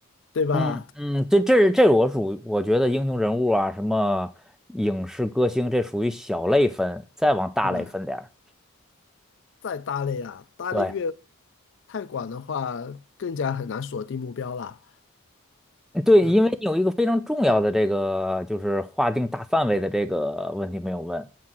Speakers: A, on the left (about 55°); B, in the centre.
A: 对吧？
B: 嗯嗯，这这这我属于我觉得英雄人物啊，什么影视歌星，这属于小类分，再往大类分点儿。
A: 嗯，啊再搭类啊，搭类越
B: 对。
A: 太广的话，更加很难锁定目标了。
B: 对，
A: 嗯，
B: 因为你有一个非常重要的这个，就是划定大范围的这个问题没有问，